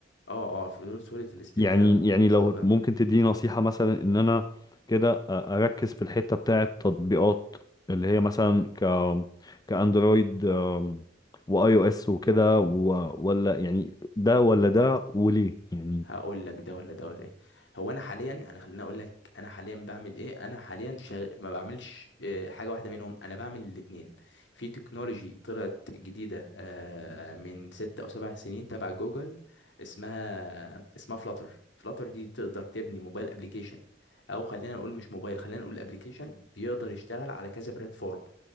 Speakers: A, on the left; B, on the left.
A: اه اه في سهوله الاستخدام
B: يعني يعني
A: استخدام
B: لو ممكن تديني نصيحة مثلا ان انا كده آه، اركز في الحتة بتاعت تطبيقات اللي هي مثلا ك كاندرويد آم، واي او اس وكده و- ولا يعني ده ولا ده وليه يعني
A: هقول لك ده ولا ده ولا ايه هو انا حاليا يعني خليني اقول لك انا حاليا بعمل ايه انا حاليا شغ... ما بعملش آه، حاجه واحده منهم انا بعمل الاتنين في تكنولوجي طلعت جديده آه، من ست او سبع سنين تبع جوجل اسمها اسمها فلاتر فلاتر دي تقدر تبني موبايل ابلكيشن او خلينا نقول مش موبايل خلينا نقول ابلكيشن بيقدر يشتغل على كذا بلاتفورم